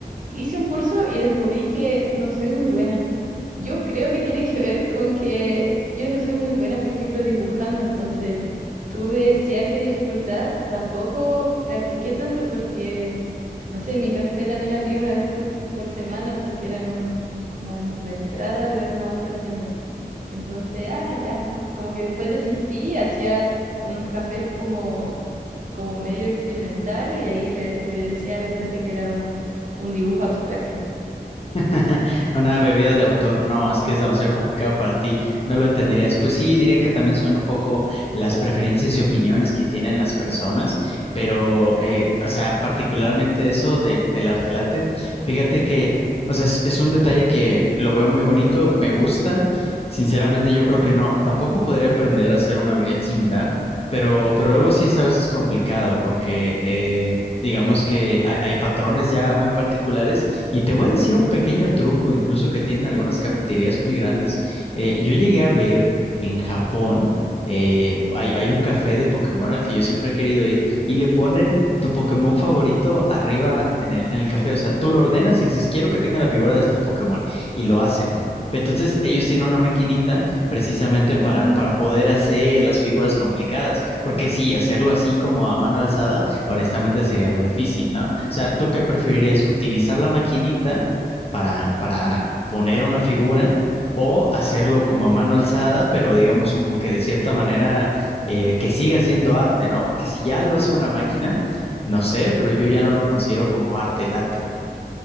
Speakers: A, on the right (about 55°); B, on the left (about 40°).
A: Hice un curso y descubrí que no soy muy buena. Yo creo que tiene que ver con que yo no soy muy buena, por ejemplo, dibujando, entonces tuve cierta dificultad. Tampoco practiqué tanto porque, no sé, mi café también abría una vez por, por semana porque eran un, como en la entrada de una otra tienda. Entonces, ah, ya, como que después desistí, hacía unos cafés como, como medio experimentales y ahí le, le decía a la gente que era un, un dibujo abstracto.
B: <laughs> Una bebida de autor, no, es que es demasiado complicado para ti, no lo entenderías. Pues sí, diría que también son un poco las preferencias y opiniones que tienen las personas, pero, eh, o sea, particularmente eso del, del arte latte, fíjate que, o sea, es, es un detalle que lo veo muy bonito, me gusta. Sinceramente, yo creo que no, tampoco podría aprender a hacer una habilidad similar, pero, pero luego sí es a veces complicado porque eh, digamos que hay, hay patrones ya muy particulares y te voy a decir un pequeño truco, incluso que tienen algunas cafeterías muy grandes. Eh, yo llegué a ver que en Japón eh, hay, hay un café de Pokémon al que yo siempre he querido ir y le ponen tu Pokémon favorito arriba en el, en el café. O sea, tú lo ordenas y le dices, quiero que tenga la figura de este Pokémon. Y lo hacen. Entonces ellos tienen una maquinita precisamente
A: Ah,
B: para, para poder hacer las figuras complicadas, porque sí, hacerlo así como a mano alzada honestamente sería muy difícil, ¿no? O sea, ¿tú qué preferirías? ¿Utilizar la maquinita para, para poner una figura o hacerlo como a mano alzada, pero digamos como que de cierta manera eh, que siga siendo arte, ¿no? Porque si ya lo hace una máquina, no sé, pero yo ya no lo considero como arte late.